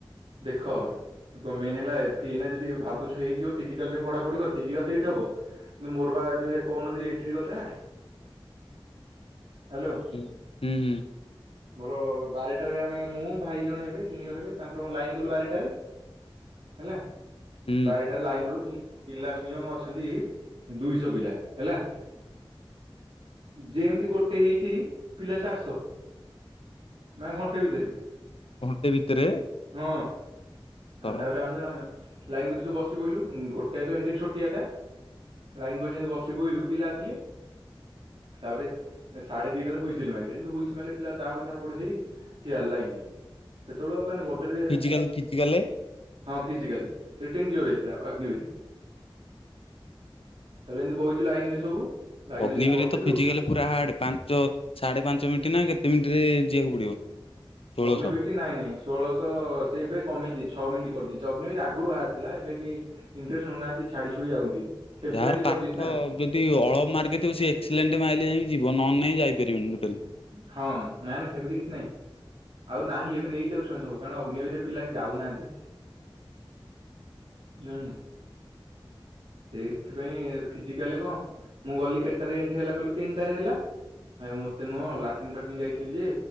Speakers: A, on the right; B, on the left.
A: ଦେଖ? ମେନ୍ ହେଲା ଫିନା ଯଦି ଭାବୁଛ ହେଇଯିବ ଫିଜିକାଲ ପାଇଁ ପଢାପଢି କର ଫିଜିକାଲ ତ ଏଇଠି ହବ। କିନ୍ତୁ ମୋରବା ଯୋଉ କହୁନଥିଲି ଏଣ୍ଟ୍ରି କଥା ହାଲୋ।
B: ହୁଁ ହୁଁ ହୁଁ।
A: ମୋର ବାରଟାରେ ଆମେ ମୁଁ ଭାଇ ଜଣେ ହେବେ ସିନିୟର୍ ହେବେ ତାଙ୍କର ମୋର ଲାଇନ୍ କଲୁ ବାରଟାରେ ହେଲା
B: ହୁଁ
A: ବାରେ ଲାଇନ୍ ପିଲା ମିନିମମ ଅଛନ୍ତି ଦୁଇଶହ ପିଲା ହେଲା। ଯେମତି ଗୋଟେ ହେଇଛି ପିଲା ଚାରିଶହ। ମାନେ ଘଣ୍ଟେ ଭିତରେ।
B: ଘଣ୍ଟେ ଭିତରେ?
A: ହଁ
B: ଶଳା
A: ଆଉ ତାପରେ ଆମେ ଲାଇନ କରି ସବୁ ବସି ପଇଲୁ ଗୋଟେ ତ ଏଣ୍ଟି ଛୋଟିଆଟା। ଲାଇନ୍ କରି ଯାଇ ବସି ପଡ଼ିଲୁ ପିଲା ଆସିଲେ। ତାପରେ ସାଢେ ଦିଟାରେ ହୁଇସିଲ ମାଇଲେ କିନ୍ତୁ ହୁଇସିଲ୍ ମାଇଲେ ପିଲା ଦାଉଁଡି ଧାପଡ ହେଇ ଠିଆ ହେଲେ ଲାଇନରେ ସେତେବେଳେ ମାନେ ବଡିରେ
B: କେମତି ଫିଜିକାଲରେ
A: ହଁ ଫିଜିକାଲରେ ରିଟିନ୍ କ୍ଲିୟର ହେଇଥିଲା ଅଗ୍ନିବୀରେ। ତାପରେ ଏମିତି ବଇଚୁ ଲାଇନ୍ ରେ ସବୁ। ଲାଇନ
B: ଅଗ୍ନିବିର୍
A: ଯେମିତି ବସିଲୁ
B: ରେ ଫିଜିକାଲ୍ ପୁରା ହାର୍ଡ, ପାଞ୍ଚ ସାଢେ ପାଞ୍ଚ ମିଣ୍ଟି ନା କେତେ ମିଣ୍ଟି ରେ ଯିବାକୁ ପଡିବ ଷୋଳଶହ।
A: ଅଗ୍ନିିବିର୍। ଟି ନାଇଁ ନାଇଁ ଷୋଳଶହ ସେ ଏବେ କମେଇ ଦେଇଛି ଛଅ ମିନିଟ୍ କରିଦେଇଛି ଅଗ୍ନି ବିରେ ଆଗରୁ ବାହାରି ଥିଲା ଏବେ କି ଇଣ୍ଟ୍ରେଷ୍ଟ ହେଉନାହାନ୍ତି ଛାଡି ଛୁଡି ଯାଉଛନ୍ତି ଟେମ୍ପରାରୀ
B: ଯାହାର ପାଠ
A: କରିଦେଇ ଛୁନା।
B: ଯଦି ଅଳପ୍ ମାର୍ଗ ଥିବ ସେ ଏକ୍ସିସ୍ଲେଣ୍ଟ ମାଇଲେ ଯା ପଇଁକି ଯିବ। ନହେଲେ ନାଇଁ ଯାଇଁ ପାରିବନି ଟୋଟାଲ୍।
A: ହଁ ନାଇଁ ନାଇଁ ସେମିତି କିଛି ନାଇଁ। ଆଉ ନାହିଁ ଏବେ ନେଇଯାଉଛନ୍ତି ସବୁ। କାରଣ ଅଗ୍ନିବିର୍ ରେ ପିଲା ଯାଉହାନ୍ତି ଏତେ। ନୁ ନେ ଏଇଥିପାଇଁ ଫିଜିକାଲେ କଣ? ମୁଁ ଗଲି କେଟ୍ ଟାରେ ଏଣ୍ଟ୍ରି ହେଲା କହିଲୁ? ତିନିଟାରେ ହେଲା ଆ ମୁଁ ଟି ନୁହଁ ଲାଟିନ୍ ଫାଟିନ୍ ଯାଇଥିଲି ଯେ